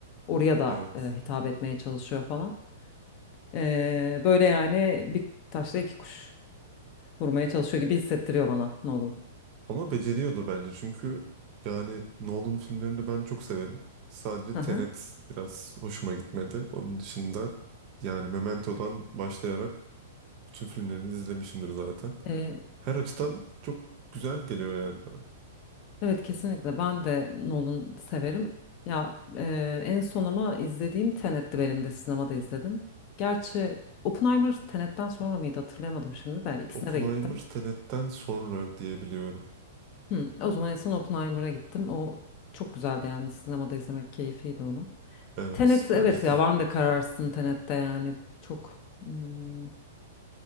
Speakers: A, on the left (about 40°); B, on the right (about 40°).
A: Oraya da
B: evet.
A: e, hitap etmeye çalışıyor falan. E, böyle yani bir taşla iki kuş vurmaya çalışıyor gibi hissettiriyor bana Nolan.
B: Ama beceriyordu bence çünkü yani Nolan filmlerini ben çok severim. Sadece
A: Hı
B: Tenet
A: hı.
B: biraz hoşuma gitmedi. Onun dışında yani Memento'dan başlayarak bütün filmlerini izlemişimdir zaten.
A: Evet.
B: Her açıdan çok güzel geliyor yani bana.
A: Evet kesinlikle ben de Nolan severim. Ya e, en son ama izlediğim Tenet'ti benim de sinemada izledim. Gerçi Oppenheimer Tenet'ten sonra mıydı hatırlayamadım şimdi de ikisine
B: Oppenheimer
A: de gittim.
B: Tenet'ten sonra diyebiliyorum.
A: Hı, o zaman en son Oppenheimer'a gittim. O çok güzeldi yani sinemada izlemek keyifliydi onu.
B: Evet
A: Tenet evet
B: bence
A: ya
B: de.
A: ben de kararsızım Tenet'te yani çok hmm,